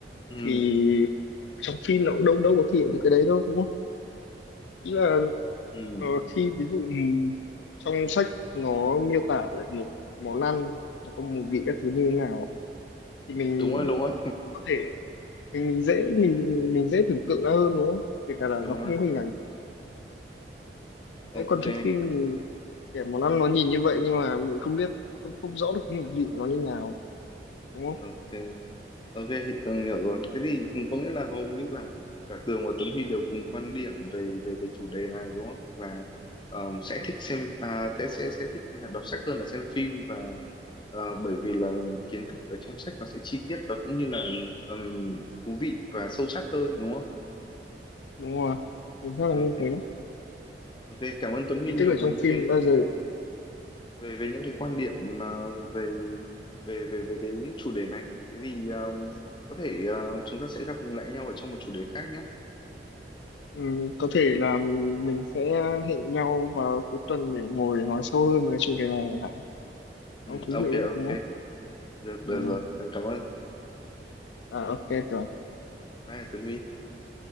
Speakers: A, on the left; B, on the left.
A: ừ,
B: thì trong phim nó cũng đâu đâu có thể hiện được cái đấy đâu đúng không ý là
A: ừ.
B: ờ, khi ví dụ ừm, trong sách nó miêu tả lại một món ăn nó có mùi vị các thứ như thế nào thì mình
A: đúng rồi đúng rồi
B: có thể mình mình dễ mình mình dễ tưởng tượng nó hơn đúng không kể cả là
A: đúng
B: nó không
A: rồi
B: có hình ảnh
A: ok
B: đấy còn trong phim thì kẻ món ăn nó nhìn như vậy nhưng mà mình không biết không không rõ được cái mùi vị của nó như nào đúng không
A: ok Ok, thì Tường hiểu rồi. Thế thì có nghĩa là hầu như là cả Tường và Tuấn Huy đều cùng quan điểm về về về chủ đề này đúng không? Là ờm, sẽ thích xem à, thế sẽ sẽ thích đọc sách hơn là xem phim và ờ, bởi vì là kiến thức ở trong sách nó sẽ chi tiết và cũng như là ờm, thú vị và sâu sắc hơn đúng không?
B: đúng rồi mình rất là
A: Ok,
B: như thế đấy
A: ok. Cảm ơn Tuấn Huy
B: thì
A: nhiều
B: tức là
A: về
B: trong
A: những
B: phim
A: cái
B: bao giờ
A: ờ, về về những cái quan điểm mà về về về về cái chủ đề này. Thế thì ờm, có thể ờ, chúng ta sẽ gặp lại nhau ở trong một chủ đề khác nhé.
B: ừm, có thể là mình sẽ hẹn nhau vào cuối tuần để ngồi nói sâu hơn về cái chủ đề này chẳng hạn
A: Ừ,
B: Nó thú
A: ok
B: vị đấy
A: ok
B: đúng không
A: được, được
B: ừ.
A: rồi tớ cảm ơn
B: à ok rồi
A: bye Tuấn Huy